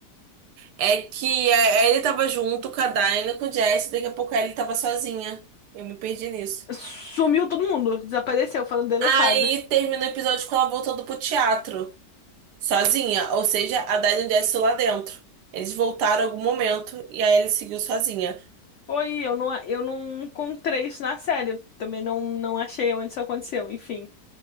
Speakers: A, on the right (about 75°); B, on the left (about 85°).
A: é que a- ele tava junto com a Dinah, com o Jesse, daqui a pouco ele tava sozinha. Eu me perdi nisso.
B: Sumiu todo mundo, desapareceu, foram deletados.
A: Aí termina o episódio com ela voltando pro teatro, sozinha, ou seja, a Dinah e o Jesse lá dentro. Eles voltaram em algum momento e aí ele seguiu sozinha.
B: Foi, eu não, eu não encontrei isso na série. Eu também não, não achei onde isso aconteceu, enfim.